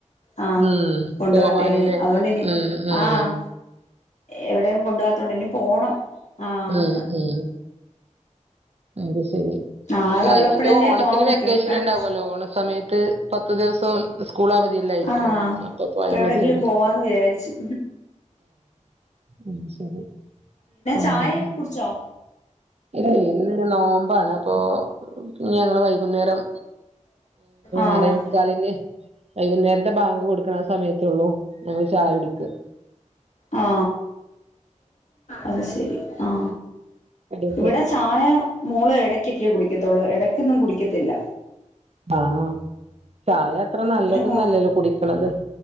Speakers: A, on the left; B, on the right.
A: ആഹ്
B: ഉം
A: കൊണ്ട്
B: പോവാനില്ലേ
A: പോവാത്തെയ്ന് അത്കൊണ്ടെയിനി
B: ഉം ഉം
A: ആഹ് എവിടെയും കൊണ്ട പോത്തോണ്ട് ഇനി പോണം ആഹ്
B: മ് മ് അത്ശെരി
A: ആള്
B: ആ
A: ഉള്ളപ്പോഴല്ലേ
B: ഇനിപ്പോ ഓണത്തിന്
A: പോവാൻ പറ്റൂ
B: വെക്കേഷന്ണ്ടാവൊല്ലോ
A: ആഹ്
B: ഓണ സമയത്ത് പത്ത് ദിവസം സ്കൂളവധിയെല്ലായിരിക്കും
A: ആഹ്
B: അപ്പോ പോയാ
A: ഇപ്പൊ എവിടെയെങ്കിലും
B: മതിയല്ലോ
A: പോവാന്ന് വിചാരിച്ച്
B: ഉം ശെരി പിന്നെ
A: ചായയൊക്കെ കുടിച്ചോ
B: <unintelligible> നോമ്പാണ് അപ്പോ ഞങ്ങള് വൈകുന്നേരം
A: ആഹ്
B: ആറേ മുക്കാലിന്ന് വൈകുന്നേര ബാങ്ക് കൊട്ക്ക്ണ സമയത്തോള്ളൂ ഞങ്ങള് ചായ കുടിക്ക
A: ആ അത്ശെരി ആ
B: കടിയൊക്കെ
A: ഇവിടെ ചായ മോള് എടക്കൊക്കെ കുടികോ ത്തൊള്ളു ഇടയ്ക്കൊന്നും കുടിക്കത്തില്ല
B: ആ ഹാ ചായ അത്ര നല്ലതൊന്നല്ലല്ലോ
A: പിന്നെ വാ
B: കുടിക്ക്ണത്